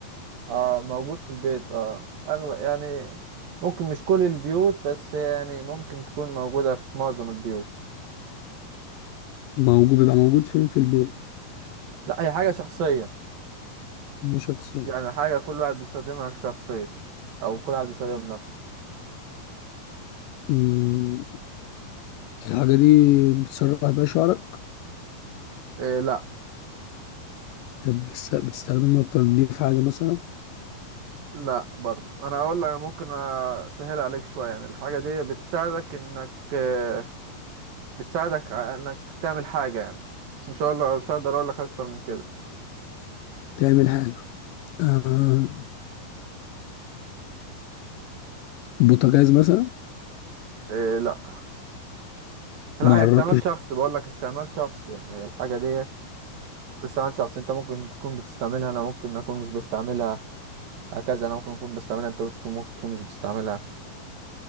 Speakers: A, on the right; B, on the left.
A: اه موجود في البيت اه اغلب يعني ممكن مش كل البيوت بس يعني ممكن تكون موجودة في معظم البيوت
B: موجود بيبقى موجود فين في البيت
A: لا هي حاجة شخصية
B: مش شخصية
A: يعني حاجة كل واحد بيستخدمها لشخصيته او كل واحد بيستخدمها بنفسه
B: مم، الحاجة دي بتسرح بيها شعرك
A: إيه لا
B: طب بتس- بتستخدمها لتنظيف حاجة مثلا
A: لا برضو انا اقول لك ممكن اسهل عليك شوية يعني الحاجة دي بتساعدك انك آه، بتساعدك ع- انك تعمل حاجة يعني بس مش هقول لك، مش هقدر اقول لك اكتر من كده
B: تعمل حاجة آه بوتاجاز مثلا
A: إيه لا لا
B: ما
A: هي
B: قربتش
A: استعمال شخص بقول لك استعمال شخص يعني هي الحاجة دي استعمال شخصي انت ممكن تكون بتستعملها انا ممكن اكون مش بستعملها هكذا انا ممكن اكون بستعملها انت تكون ممكن تكون مش بستعملها